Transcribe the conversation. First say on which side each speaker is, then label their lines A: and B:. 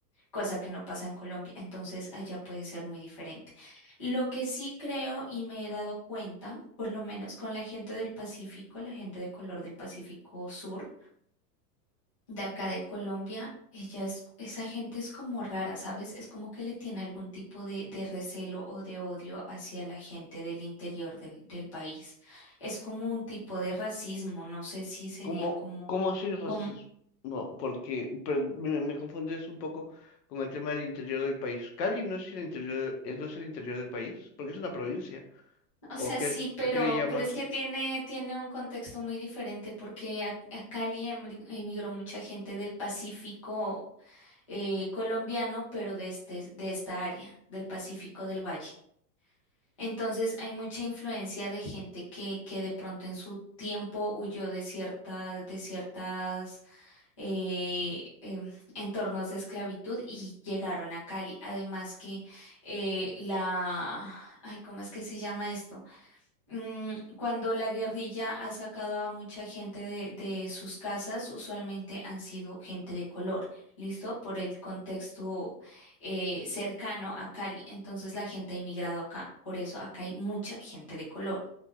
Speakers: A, on the left; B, on the left.
A: cosa que no pasa en Colombia. Entonces, allá puede ser muy diferente. Lo que sí creo y me he dado cuenta, por lo menos con la gente del Pacífico, la gente de color del Pacífico Sur, de acá de Colombia, ella es, esa gente es como rara, ¿sabes? Es como que le tiene algún tipo de, de recelo o de odio hacia la gente del interior del, del país. Es como un tipo de racismo, no sé si sería
B: ¿Cómo,
A: como,
B: cómo así racismo?
A: como,
B: No, porque pero me, me confundes un poco con el tema del interior del país. ¿Cali no es el interior, eh, no es el interior del país? Porque es una provincia.
A: o
B: ¿O
A: sea,
B: qué,
A: sí, pero,
B: a qué le llamas?
A: pero es que tiene, tiene un contexto muy diferente porque a, a Cali emri- emigró mucha gente del Pacífico eh, colombiano, pero de este, de esta área, del Pacífico del Valle. Entonces hay mucha influencia de gente que, que de pronto en su tiempo huyó de cierta, de ciertas eh, em, entornos de esclavitud y llegaron a Cali. Además que eh, la, ay, ¿cómo es que se llama esto? Mm, Cuando la guerrilla ha sacado a mucha gente de, de sus casas, usualmente han sido gente de color, ¿listo? Por el contexto eh, cercano a Cali. Entonces la gente ha inmigrado acá, por eso acá hay mucha gente de color.